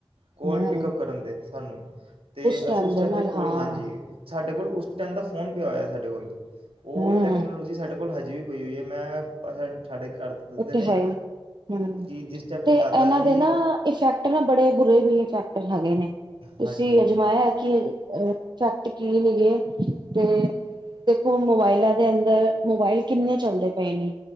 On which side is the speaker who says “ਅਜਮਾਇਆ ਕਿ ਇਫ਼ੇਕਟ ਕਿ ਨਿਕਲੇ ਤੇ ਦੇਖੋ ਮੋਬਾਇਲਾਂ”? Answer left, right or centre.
Right